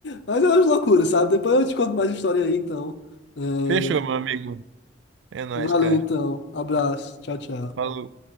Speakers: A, on the left; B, on the right.
A: Mas é umas loucuras, sabe? Depois eu te conto mais história aí, então. É,
B: Fechou, meu amigo. É nóis,
A: Valeu,
B: cara.
A: então. Abraço. Tchau, tchau.
B: Falou.